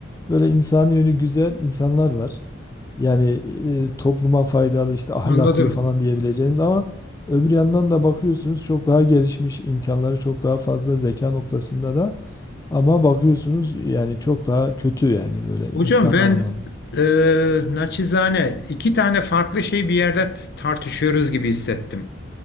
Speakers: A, on the left; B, on the left.
A: böyle insani yönü güzel insanlar var. Yani e, topluma faydalı işte ahlaklı
B: Anladım.
A: falan diyebileceğimiz ama öbür yandan da bakıyorsunuz çok daha gelişmiş imkanları çok daha fazla zeka noktasında da ama bakıyorsunuz yani çok daha kötü yani böyle insani
B: Hocam ben
A: anlamda.
B: eee naçizane iki tane farklı şey bir yerde tartışıyoruz gibi hissettim.